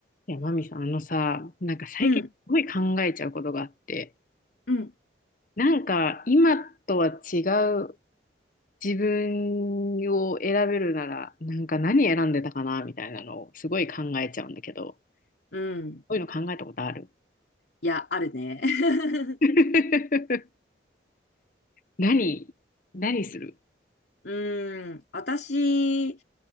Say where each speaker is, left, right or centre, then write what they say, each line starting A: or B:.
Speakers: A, on the left; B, on the left.
A: いや、マミさん、あのさ、なんか最近すごい考えちゃうことがあって、
B: うん、うん、
A: なんか今とは違う自分を選べるなら、なんか何選んでたかなみたいなのをすごい考えちゃうんだけど、
B: うん。
A: そういうの考えたことある
B: いや、あるね。<laughs>
A: <laughs> 何何する
B: うん。私、